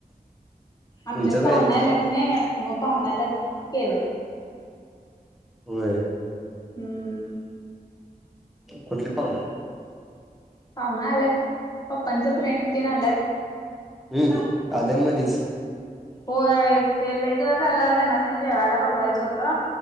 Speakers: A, on the left (about 25°); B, in the centre.
A: आमच्यात
B: तुमच्यात
A: पाहुणे
B: काय
A: आल्यात नाइ मग पाहुणाल्यात म्हणून केलंत.
B: होय
A: हम्म
B: कुठली पाहुणे आले.
A: पाहुना आल्यात पप्पांच फ्रेंड तिन आल्यात.
B: हम्म आद्यांनमध्येच.
A: होय ते जेव्हा झालं त्यांनास्नी जेवायला बोलवायचं होतं.